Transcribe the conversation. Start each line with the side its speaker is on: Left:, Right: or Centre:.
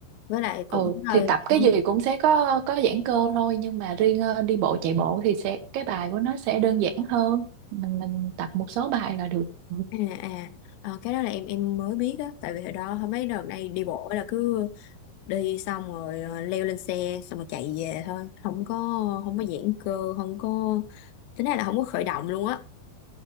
Left: với lại cũng
Right: ừ thì
Left: hơi
Right: tập cái
Left: ừ.
Right: gì cũng sẽ có có giãn cơ thôi nhưng mà riêng ờ, đi bộ chạy bộ thì sẽ cái bài của nó sẽ đơn giản hơn mình mình tập một số bài là được ừ
Left: à à Ờ, cái đó là em em mới biết á tại vì hồi đó hồi mấy đợt này đi bộ là cứ đi xong rồi ờ, leo lên xe xong rồi chạy về thôi không có không có giãn cơ không có tính ra là không có khởi động luôn á